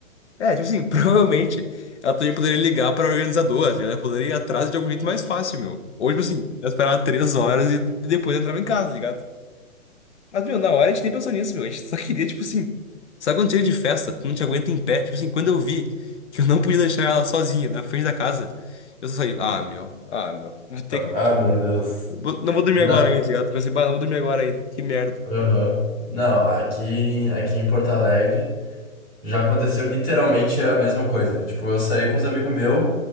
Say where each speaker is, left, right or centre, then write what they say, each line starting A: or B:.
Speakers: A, on the left (about 55°); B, on the left (about 15°).
A: É, tipo assim, <laughs> provavelmente ela também poderia ligar pra organizadora, ela poderia ir atrás de algum jeito mais fácil, meu. Ou, tipo assim, ela esperava três horas e, e depois entrava em casa, tá ligado? Mas, meu, na hora a gente nem pensou nisso, meu. A gente só queria, tipo assim. Sabe quando chega de festa, tu não te aguenta em pé? Tipo assim, quando eu vi que eu não podia deixar ela sozinha na frente da casa, eu só falei, ah, meu, ah, meu, vou ter que.
B: ah, meu Deus.
A: vou- Não vou dormir
B: não
A: agora ainda, tá ligado? Pensei, bah, não vou dormir agora ainda, que merda.
B: Aham. Não, aqui, aqui em Porto Alegre já aconteceu literalmente a mesma coisa. Tipo, eu saí com uns amigos meu